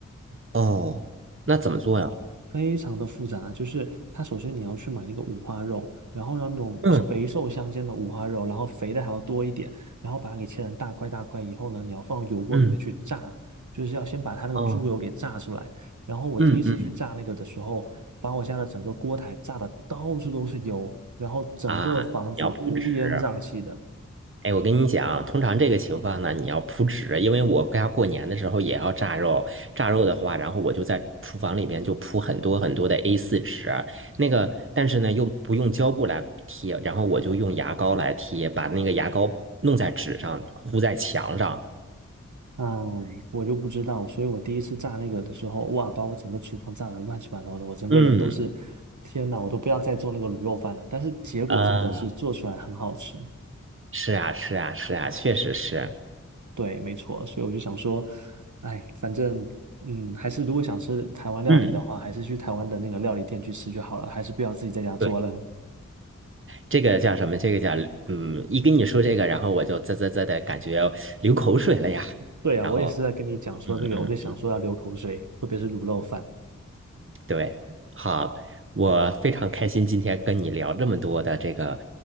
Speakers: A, on the right; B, on the right.
A: 哦，那怎么做呀？
B: 非常的复杂。就是它首先你要去买那个五花肉，然后呢那种肥瘦相间的五花肉，
A: 嗯
B: 然后肥的还要多一点，然后把它给切成大块大块以后呢，你要放油锅里面去炸，
A: 嗯
B: 就是要先把它那个猪油给炸出来。
A: 哦
B: 然后我第一次去炸那个的时候，
A: 嗯嗯
B: 把我家的整个锅台炸的到处都是油，然后整个房子乌烟瘴气的。
A: 啊，你要不吃？哎，我跟你讲啊，通常这个情况呢，你要铺纸，因为我家过年的时候也要炸肉，炸肉的话，然后我就在厨房里边就铺很多很多的 A4 纸，那个，但是呢又不用胶布来贴，然后我就用牙膏来贴，把那个牙膏弄在纸上，糊在墙上。
B: 哎，我就不知道，所以我第一次炸那个的时候，哇，把我整个厨房炸得乱七八糟的，我整个人都是，
A: 嗯，
B: 天哪，我都不要再做那个卤肉饭了。但是结果真的是做出来很好吃，
A: 啊，是啊，是啊，是啊，确实是。
B: 对，没错，所以我就想说，哎，反正，嗯，还是如果想吃台湾料理的话，
A: 嗯，
B: 还是去台湾的那个料理店去吃就好了，还是不要自己在家做了。
A: 对，这个叫什么？这个叫嗯，一跟你说这个，然后我就啧啧啧的感觉流口水了呀，
B: 对呀，
A: 然后。
B: 我也是在跟你讲说这个，
A: 嗯嗯
B: 我就想说要流口水，特别是卤肉饭。
A: 对，好，我非常开心今天跟你聊这么多的这个